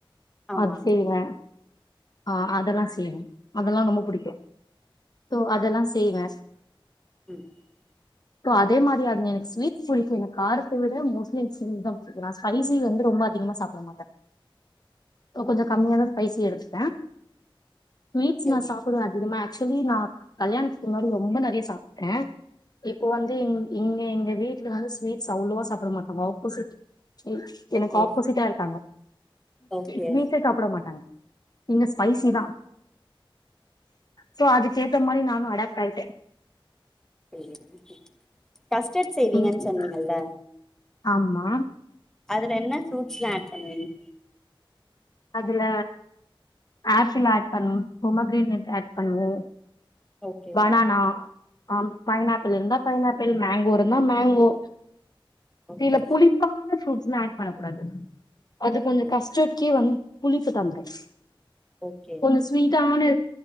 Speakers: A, in the centre; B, on the left.
A: ஆமா
B: அது செய்றன் ஆஹ் அதெல்லாம் செய்வேன் அதெல்லாம் ரொம்ப பிடிக்கும் சோ அதெல்லாம் செய்வேன்
A: <inaudible>
B: சோ அதே மாதிரி அவிங்க எனக்கு ஸ்வீட்ஸ் புடிக்கும் எனக்கு காரத்தை விட மோஸ்ட்லி எனக்குதான் புடிக்கும் நான் ஸ்பைசி வந்து ரொம்ப அதிகமா சாப்புட மாட்டேன் கொஞ்சம் கம்மியாதான் ஸ்பைசி எடுத்தப்பன் ஸ்வீட்ஸ்
A: ஓகே
B: நான் சாப்பிடுவே அதிகமாக ஆக்சுவலி நான் கல்யாணத்துக்கு முன்னாடி ரொம்ப நரிய சாப்பிட்டேன் இப்போ வந்து இங்க எங்க வீட்டுல வந்து ஸ்வீட்ஸ் அவ்வளோவா சாப்பிட மாட்டோங்க ஆபோசிட் எனக்கு
A: ஓ
B: ஆப்போசிட்டா இருக்காங்க
A: ஓகே
B: ஸ்வீட்டே சாப்பிட மாட்டாங்க நீங்க ஸ்பைசி
A: ஓ
B: தான் சோ அதுக்கேதமாரி நானும் அடாப்ட் ஆய்ட
A: ச <inaudible> கஸ்டர்ட் செய்வீங்கன்னு
B: உம்
A: சொன்னீங்கல்ல
B: ஆமா
A: அதுல என்ன பூருட்ஸ்லாம் ஆட் பண்ணவீங்க
B: அதுல ஆப்பிள் ஆட் பண்ணுவோம் போமோகெரேணட் ஆட் பண்ணுவோம்
A: ஓகே
B: பனானா ஆ பைனாப்பிள் இருந்தா பைனாப்பிள் மேங்கோ இருந்தா மேங்கோ
A: ஓகே
B: சில புளிப்பான ஃப்ரூட்ஸ் ஆட் பண்ண கூடாது அது
A: ஓகே
B: கொஞ்சம் கஸ்டர்ட்கே வந்து புளிப்பு தந்துரும்
A: ஓகே
B: ஓன்னு ஸ்வீட்டா ஆன